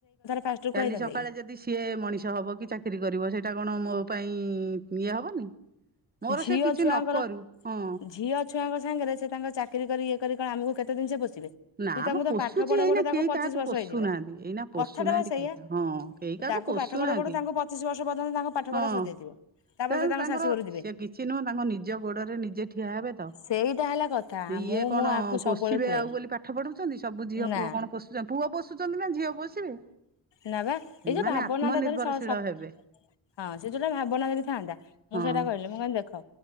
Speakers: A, on the left (about 70°); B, on the right (about 20°).
A: ଫାଷ୍ଟ ରୁ
B: କାଲି
A: କହିଦେଲେ
B: ସକାଳେ
A: କି?
B: ଯଦି ସିଏ ମଣିଷ ହବ କି ଚାକିରି କରିବ ସେଇଟା କଣ ମୋ ପାଇଁ ଇଏ ହବନି। ମୋର
A: ଝିଅ
B: ସେ କିଛି
A: ଛୁଆଙ୍କର
B: ନ କରୁ, ହଁ।
A: ଝିଅ ଛୁଆଙ୍କ ସାଙ୍ଗରେ ସେ ତାଙ୍କ ଚାକିରି କରି ଇଏ କରି କଣ ଆମକୁ କେତେ ଦିନ ସେ ପୋଷିବେ।
B: ନା
A: ତୁ ତାଙ୍କୁ
B: ମ
A: ତ
B: ପୋଷୁଛି
A: ପାଠ ପଢଉ
B: ଏଇନା
A: ପଢଉ ତାଙ୍କୁ
B: କେହି
A: ପଚିଶ
B: କାହାକୁ
A: ବର୍ଷ
B: ପୋଷୁନାହାନ୍ତି
A: ହେଇଯିବ,
B: ଏଇନା ପୋଷୁନାହାନ୍ତି
A: କଥାଟା ବା ସେଇଆ।
B: କେହି ହଁ କେହି କାହାକୁ
A: ତାଙ୍କୁ
B: ପୋଷୁନାହାନ୍ତି
A: ପାଠ ପଢଉ ପଢଉ ତାଙ୍କୁ ପଚିଶ ବର୍ଷ ପର୍ଯ୍ୟନ୍ତ ତାଙ୍କ ପାଠ
B: ହଁ
A: ପଢା ସରିଯାଇଥିବ। ତାପରେ
B: ସେ
A: ତାଙ୍କ ଶାଶୁଘରୁ ଯିବେ
B: କିଛି ନୁହଁ ତାଙ୍କ ନିଜ ଗୋଡରେ ନିଜେ ଠିଆ ହେବେ ତ।
A: ସେଇଟା ହେଲା କଥା
B: ଇଏ
A: ମୁଁ
B: କଣ
A: ମୁଁ ଆକୁ ସବୁବେଳେ
B: ପୋଷିବେ
A: କୁହେ
B: ଆଉ ବୋଲି ପାଠ ପଢୁଚନ୍ତି, ସବୁ ଝିଅ
A: ନା
B: ପୁଅ କଣ ପୋଷୁଛନ୍ତି ପୁଅ ପୋଷୁଛନ୍ତି ନା ଝିଅ ପୋଷିବେ।
A: ନା ବା ଏଇ
B: ସେମାନେ
A: ଯୋଉ ଭାବନା
B: ଆତ୍ମନିର୍ଭରଶୀଳ
A: ଟା ଧରି ସ ସ
B: ହେବେ
A: ହଁ ସେ ଯୋଉଟା ଭାବନା ଯଦି ଥାନ୍ତା, ମୁଁ
B: ହଁ
A: ସେଇକଥା କହିଲି ମୁଁ କହିଲି ଦେଖ